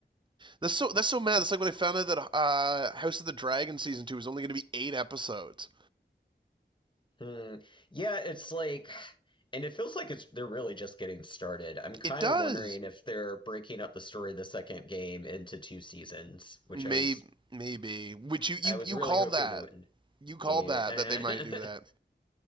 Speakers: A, on the right; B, on the left.
A: That's so that's so mad. That's like when I found out that uh, House of the Dragon season two is only going to be eight episodes.
B: Hmm. Yeah, it's like, and it feels like it's they're really just getting started. I'm kind
A: It does.
B: of wondering if they're breaking up the story of the second game into two seasons, which
A: Maybe
B: I was
A: maybe which you you
B: I was
A: you
B: really
A: called
B: hoping
A: that.
B: they wouldn't.
A: You called
B: Yeah.
A: that that they might do that.
B: <laughs>